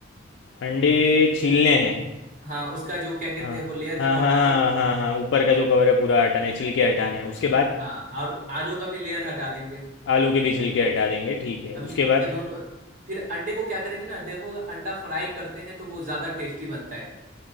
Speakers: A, on the left; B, on the right.
A: अंडे छीलने हैं
B: हाँ उसका जो क्या कहते
A: हाँ
B: हैं वो लेयर है
A: हाँ
B: वो
A: हाँ
B: हटा
A: हाँ
B: देंगे
A: हाँ हाँ ऊपर का जो कवर है पूरा हटाना है छिलके हटाना है उसके बाद
B: हाँ और आलू का भी लेयर हटा देंगे
A: आलू के भी छिलके हटा देंगे ठीक है
B: अब
A: उसके
B: ये
A: बाद
B: ये दोनों फिर अंडे को क्या करेंगे ना देखो अगर अंडा फ्राई करते हैं तो वो ज्यादा टेस्टी बनता है